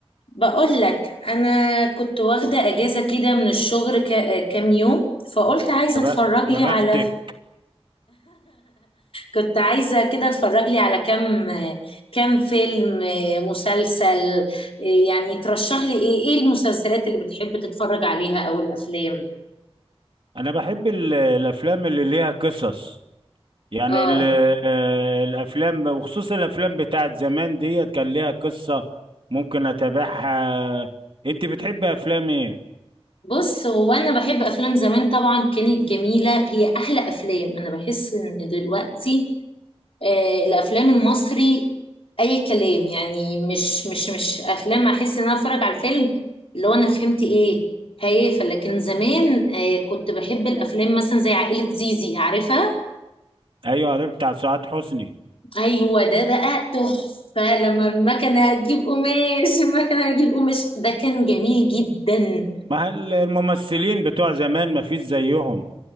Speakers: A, on the left; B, on the right.
A: بقول لك انا كنت واخده اجازه كده من الشغل ك- كام يوم فقلت عايزه
B: يا
A: اتفرج
B: ب... يا
A: لي
B: بختك
A: على <laughs> ف... كنت عايزه كده اتفرج لي على كام كام فيلم مسلسل يعني ترشح لي ايه ايه المسلسلات اللي بتحب تتفرج عليها او الافلام
B: انا بحب ال- الافلام اللي ليها قصص يعني
A: اه
B: ال... آه، الافلام وخصوصا الافلام بتاعت زمان ديت كان ليها قصة ممكن اتابعها انت بتحبي افلام ايه
A: بص هو انا بحب افلام زمان طبعا كانت جميله هي احلى افلام انا بحس ان دلوقتي آه، الافلام المصري اي كلام يعني مش مش مش افلام احس ان انا اتفرج على الفيلم اللي هو انا فهمت ايه هيافه لكن زمان آه، كنت بحب الافلام مثلا زي عائله زيزي عارفها
B: ايوه ده بتاع سعاد حسني
A: ايوه ده بقى تحفه لما المكنه هتجيب قماش المكنه هتجيب قماش ده كان جميل جدا
B: ما هل- الممثلين بتوع زمان ما فيش زيهم